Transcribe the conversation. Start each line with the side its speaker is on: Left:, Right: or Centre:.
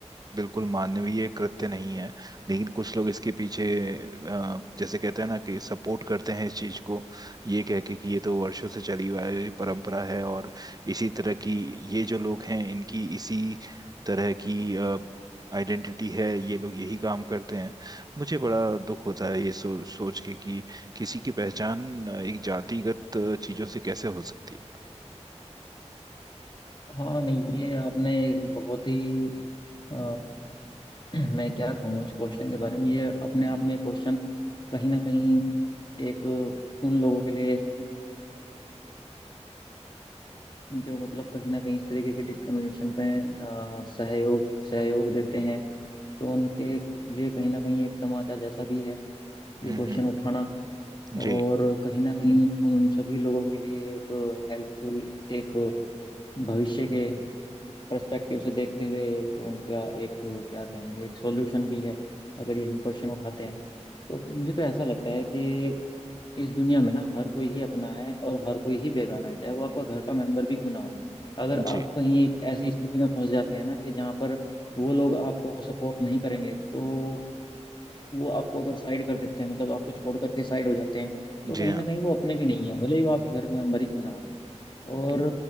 Right: बिल्कुल मानवीय कृत्य नहीं है लेकिन कुछ लोग इसके पीछे अ, जैसे कहते हैं ना कि सपोर्ट करते हैं इस चीज को ये कह के कि ये तो वर्षों से चली हुई है, परंपरा है और इसी तरह की ये जो लोग हैं इनकी इसी तरह की आइडेंटिटी है ये लोग यही काम करते हैं मुझे बड़ा दुख होता है ये सो, सोच के कि किसी की पहचान अ, एक जातिगत अ, चीजों से कैसे हो सकती
Left: हाँ नहीं ये आपने एक बहुत ही अ, <clears throat> मैं क्या कहूँ इस क्वेश्चन के बारे में ये अपने आप में क्वेश्चन कहीं ना कहीं एक उन लोगों के लिए जो मतलब कहीं ना कहीं इस तरीके के डिस्क्रिमिनेशन पे अ, सहयोग सहयोग देते हैं तो उनके लिए कहीं ना कहीं एक तमाचा जैसा भी है
Right: है
Left: ये क्वेश्चन
Right: हम्म हम्म,
Left: उठाना
Right: जी
Left: और कहीं ना कहीं उन सभी लोगों के लिए एक हेल्पफुल एक भविष्य के पर्सपेक्टिव से देखते हुए एक उनका एक क्या कहेंगे एक सॉल्यूशन भी है अगर ये हम क्वेश्चन उठाते हैं तो मुझे तो ऐसा लगता है कि इस दुनिया में ना हर कोई ही अपना है और हर कोई ही बेगाना है चाहे वो आपका घर का मेंबर भी क्यों ना हो अगर
Right: जी
Left: आप कहीं एक ऐसी स्थिति में फंस जाते हैं ना कि जहाँ पर वो लोग आपको सपोर्ट नहीं करेंगे तो वो आपको अगर साइड कर देते हैं मतलब आपको छोड़ करके साइड हो जाते हैं तो
Right: जी
Left: कहीं ना कहीं वो अपने भी नहीं है भले ही वो आपके घर के मेंबर ही क्यों ना हो और
Right: हाँ